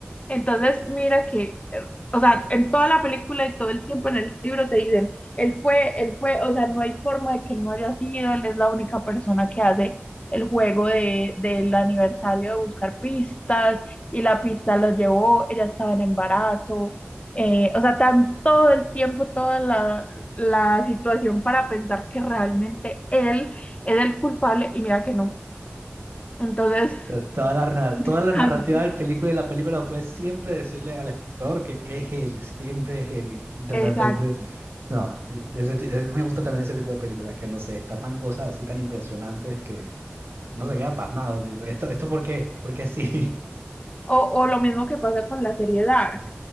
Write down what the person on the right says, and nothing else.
Eh, Toda la, na- toda
la narrativa del película y de la película fue siempre decirle al espectador que es él, siempre es él. Y de
repente, no, eh, ese ti- eh, me gusta también ese tipo de películas que, no sé, destapan cosas así tan impresionantes que no se queda pasmado. tipo, ¿esto, esto por qué? ¿Por qué sí?